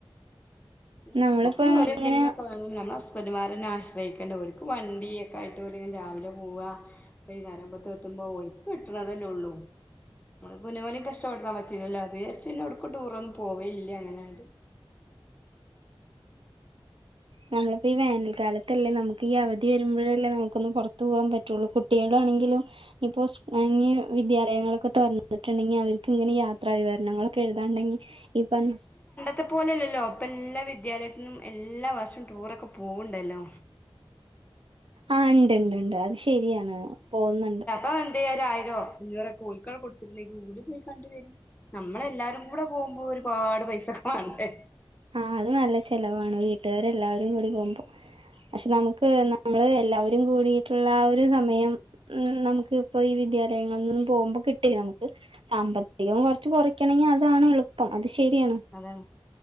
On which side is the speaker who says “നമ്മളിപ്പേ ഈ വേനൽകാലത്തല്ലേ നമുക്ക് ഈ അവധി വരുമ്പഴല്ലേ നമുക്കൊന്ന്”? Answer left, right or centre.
Right